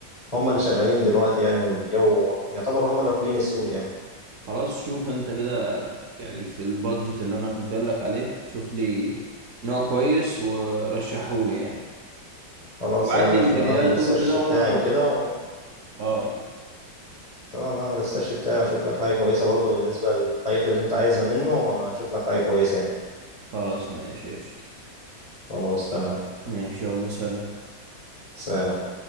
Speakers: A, on the left; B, on the right.
A: هم اللي شغالين دلوقتي يعني والجو يعتبر هم اللي واكلين السوق يعني
B: خلاص شوف انت كده يعني في البادجت اللي انا كنت قايل لك عليه شوف لي نوع كويس ورشحه لي يعني
A: خلاص
B: وابعت
A: آه، ماشي
B: لي امكانياته
A: انا هعمل السيرش
B: وكده
A: بتاعي
B: وانا
A: وكده و...
B: اه يعني.
A: تمام هعمل السيرش بتاعي واشوف لك حاجه كويسه برضه بالنسبه للحاجات اللي انت عايزها منه واشوف لك حاجه كويسه يعني
B: خلاص ماشي قشطة
A: خلاص تمام
B: ماشي يلا سلام
A: سلام